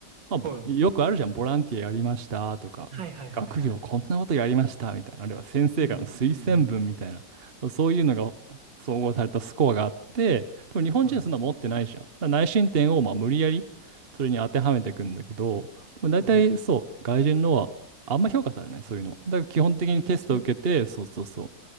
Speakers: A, on the right; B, on the right.
A: まあ、ぼよくあるじゃん、
B: はい。
A: ボランティアやりましたとか、
B: はいはいはいはい。
A: 学業こんなことやりましたみたいな、あるいは先生からの推薦文みたいな、
B: うんうんうんうん。
A: そうそういうのが総合されたスコアがあって、でも日本人はそんなの持ってないじゃん。
B: は
A: だから内申点をまあ無理やりそれに当てはめていくんだけど、でも大体そう、
B: い。は
A: 外人のはあんま評価されない、そういうのは。だから基本的にテストを受けて、
B: い。えー、そうなの
A: そうそうそう。